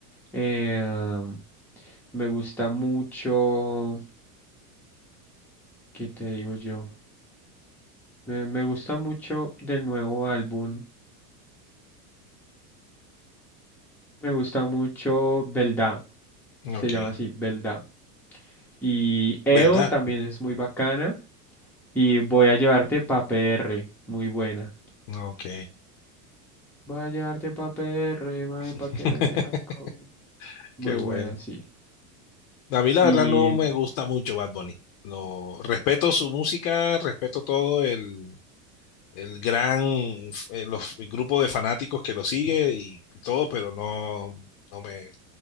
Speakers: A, in the centre; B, on the left.
A: em, me gusta mucho, ¿qué te digo yo? Me, me gusta mucho del nuevo álbum, me gusta mucho Belda.
B: Ok,
A: se llama así, Belda. Y EO
B: ¿verdad?
A: también es muy bacana. Y voy a llevarte pa' P R muy buena.
B: Ok,
A: Voy a llevarte pa' PR, mami,
B: <laughs>
A: pa' que veas cómo. Muy
B: qué bueno.
A: buena, sí.
B: A mí la
A: Y
B: verdad no me gusta mucho Bad Bunny. Lo, respeto su música, respeto todo el, el gran eh, los, el grupo de fanáticos que lo sigue y todo, pero no, no me,